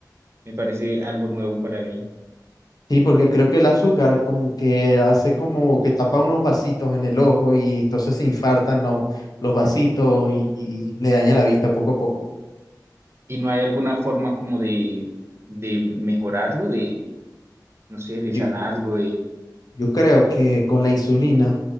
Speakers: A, on the right; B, on the left.
A: me parece algo nuevo para mí.
B: Sí, porque creo que el azúcar como que hace como que tapa unos vasitos en el ojo y entonces se infartan los, los vasitos y, y le daña la vista poco a poco.
A: ¿Y no hay alguna forma como de, de mejorarlo, de, no sé, de
B: Yo,
A: sanarlo,
B: yo creo que con la insulina,